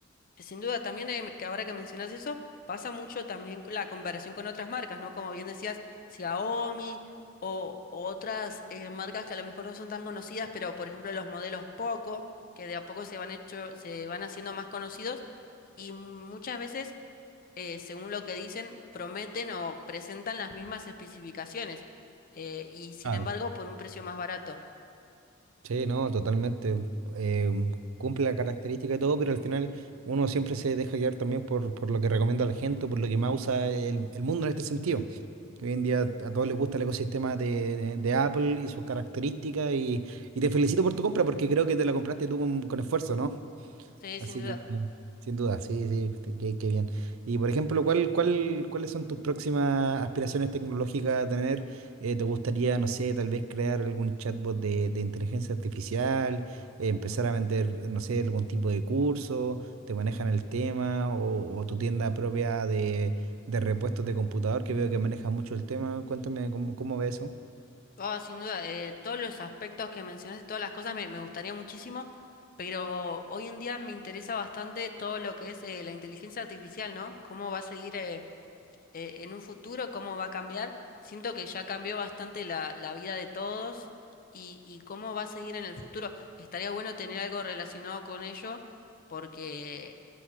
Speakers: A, on the left; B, on the right.
A: Sin duda, también eh, que ahora que mencionas eso, pasa mucho también con la comparación con otras marcas, ¿no? Como bien decías, Xiaomi o o otras eh, marcas que a lo mejor no son tan conocidas, pero por ejemplo los modelos Poco, que de a poco se van hecho, se van haciendo más conocidos y muchas veces, eh, según lo que dicen, prometen o presentan las mismas especificaciones eh, y sin
B: Claro.
A: embargo por un precio más barato.
B: Sí, no, totalmente. eh, cumple la característica y todo, pero al final uno siempre se deja guiar también por, por lo que recomienda la gente, por lo que más usa el, el mundo en este sentido. Que hoy en día a todos les gusta el ecosistema de, de- de Apple y sus características y, y te felicito por tu compra porque creo que te la compraste tú con, con esfuerzo, ¿no?
A: Sí, sin
B: Así
A: duda.
B: que, Mm. sin duda, sí, sí, te- qué, qué bien. Y por ejemplo, ¿cuál, cuál, cuáles son tus próximas aspiraciones tecnológicas a tener? Eh, ¿te gustaría, no sé, tal vez crear algún chatbot de, de inteligencia artificial, eh, empezar a vender, no sé, algún tipo de curso, te manejan el tema, o, o tu tienda propia de, de repuestos de computador, que veo que manejas mucho el tema? Cuéntame cómo, cómo ves eso.
A: Oh, sin duda, eh, todos los aspectos que mencionaste, todas las cosas me, me gustaría muchísimo, pero hoy en día me interesa bastante todo lo que es eh, la inteligencia artificial, ¿no? ¿Cómo va a seguir eh, eh, en un futuro? ¿Cómo va a cambiar? Siento que ya cambió bastante la, la vida de todos y, y cómo va a seguir en el futuro. Estaría bueno tener algo relacionado con ello porque